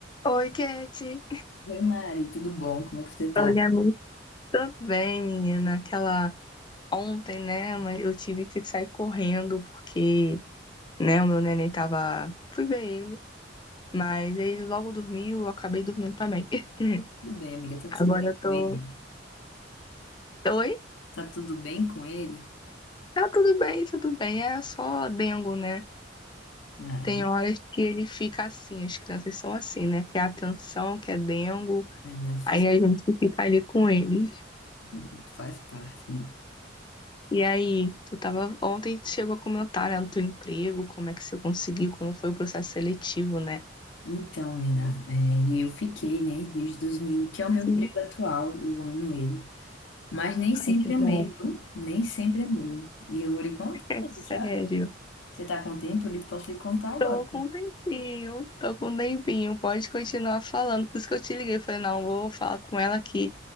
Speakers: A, on the left; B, on the left.
A: Oi, Kate.
B: Oi, Mari, tudo bom? Como é que você tá?
A: Oi, amigo. Tudo bem, menina? Aquela ontem, né? Mas eu tive que sair correndo porque, né, o meu neném tava. Fui ver ele, mas ele logo dormiu, eu acabei dormindo também. <laughs>
B: Tudo bem, amiga? Tá tudo
A: Agora
B: bem com
A: eu
B: ele?
A: tô. Oi?
B: Tá tudo bem com ele?
A: Tá tudo bem, tudo bem. É só dengo, né?
B: Ah,
A: Tem
B: né?
A: horas que ele fica assim, as crianças são assim, né? Quer atenção, quer dengo,
B: é, mas faz,
A: aí a gente fica ali com ele.
B: <laughs> faz parte, né?
A: E aí, tu tava ontem tu chegou a comentar, né, do teu emprego, como é que você conseguiu, como foi o processo seletivo, né?
B: Então, menina, é, e eu fiquei, né, desde 2000, que é o meu
A: Sim,
B: emprego atual, eu amo ele. Mas nem sempre
A: ai, que
B: amei,
A: bom.
B: viu? Nem sempre amei. E eu vou lhe contar,
A: É sério.
B: já. Você tá com tempo? Eu lhe- posso lhe contar agora.
A: Tô com um tempinho, tô com um tempinho, pode continuar falando. Por isso que eu te liguei, falei, não, vou falar com ela que